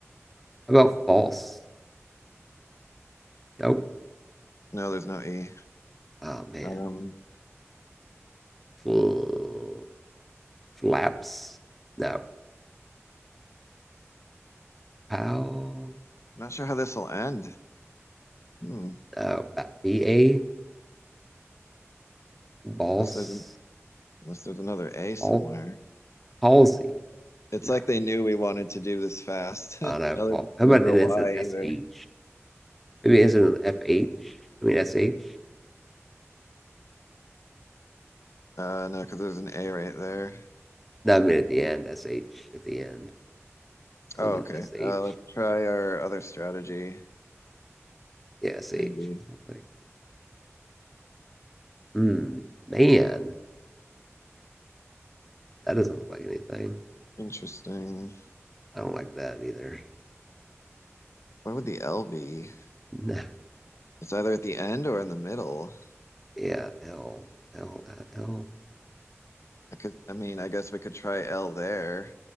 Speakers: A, in the centre; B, on the left.
A: about false? Nope.
B: no, there's no E.
A: Oh man.
B: Um,
A: Fl- flaps? No. Pal?
B: not sure how this will end. Hmm,
A: No. Ba- B A? Balls?
B: unless there's an, unless there's another A somewhere.
A: Pal- palsy?
B: It's
A: No.
B: like they knew we wanted to do this fast. <laughs>
A: I don't know.
B: No, there's,
A: Pal- How
B: there's
A: about
B: no
A: an
B: Y
A: instant
B: either.
A: S H? Maybe an instant F H? I mean S H?
B: Uh, no, because there's an A right there.
A: No, I mean at the end, SH at the end. Something
B: Oh, okay.
A: SH.
B: Uh, let's try our other strategy.
A: Yeah, SH.
B: Maybe.
A: So I'm like, hmm, man, that doesn't look like anything.
B: Interesting.
A: I don't like that either. <laughs>
B: Where would the L be?
A: No.
B: It's either at the end or in the middle.
A: Yeah, L, L, L.
B: I could, I mean, I guess we could try L there